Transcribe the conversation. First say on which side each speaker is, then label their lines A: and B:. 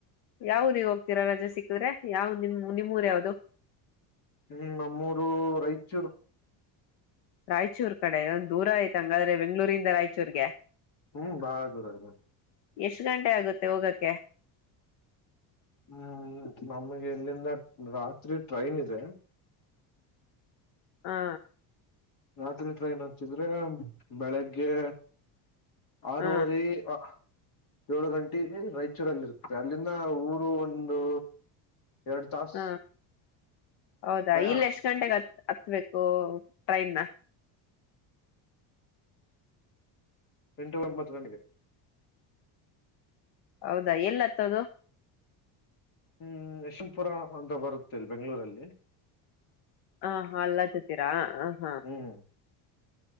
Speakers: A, on the left; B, on the left.
A: ಯಾವ ಹೋಗ್ತೀರಾ ರಜೆ ಸಿಕ್ಕಿದ್ರೆ ಯಾವ ನಿಮ ನಿಮ್ಮೂರ ಯಾವ್ದದು
B: ಹ್ಮ್ ನಮ್ಮೂರು ರಾಯಚೂರ್
A: ರಾಯಚೂರ್ ಕಡೆ ಯಾ ದೂರ ಆಯ್ತ ಹಂಗಾದ್ರೆ ಬೆಂಗ್ಗಳೂರಿಂದ ರಾಯಚೂರ್ಗೆ
B: ಹ್ಮ್ ಬಾಳ ದೂರ ಇದೆ
A: ಎಷ್ಟು ಗಂಟೆ ಆಗುತ್ತೆ ಹೋಗಕ್ಕೆ
B: ಹ್ಮ್ ನಮಗೆ ಇಲ್ಲಿಂದ ರಾತ್ರಿ ಟ್ರೈನ್ ಇದೆ
A: ಹಾ
B: ರಾತ್ರಿ ಟ್ರೈನ್ ಹಚ್ಚಿದ್ರೆ ಬೆಳಿಗ್ಗೆ ಆರುುವ
A: ಹ
B: <unintelligible> ಏಳು ಗಂಟೆ ರಾಯಚೂರಲ್ಲಿ ಇರ್ತದೆ ಅಲ್ಲಿಂದ ಊರು ಒಂದು ಎರಡು ತಾಸ
A: ಹ ಹೌದಾ
B: ಪ್ರಯಾಣ
A: ಇಲ್ಲ ಎಷ್ಟ್ ಗಂಟೆಗೆ ಹತ್ ಹತ್ಬೇಕು ಟ್ರೈನ್
B: ಎಂಟಬೊಂತ್ತು ಗಂಡಿಗೆ
A: ಹೌದಾ ಎಲ್ಲತ್ತದು
B: ಹ್ಮ್ ಯಶವಂತಪುರ ಅಂತ ಬರುತ್ತೆಲ್ ಬೆಂಗ್ಗಳೂರಲ್ಲಿ.
A: ಹ ಹ ಅಲ್ಲತ್ತೀರಾ ಹ ಹಾ
B: ಹ್ಮ್